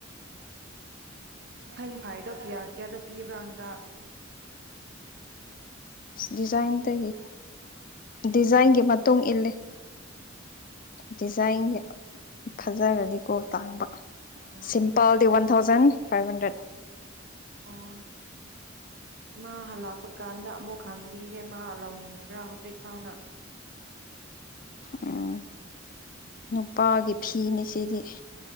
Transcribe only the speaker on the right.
ꯍꯌꯦꯡ ꯐꯥꯏꯗꯣ ꯀꯌꯥ ꯀꯌꯥꯗꯣ ꯄꯤꯕ꯭ꯔꯥ ꯍꯟꯗꯛ
ꯑꯣ
ꯑꯣ ꯃꯥ ꯍꯜꯂꯛꯄ ꯀꯥꯟꯗ ꯑꯃꯨꯛ ꯍꯪꯕꯤꯒꯦ ꯃꯥ ꯂꯧꯅꯤꯡꯕ꯭ꯔꯥ ꯍꯧꯖꯤꯛ ꯐꯥꯎꯅ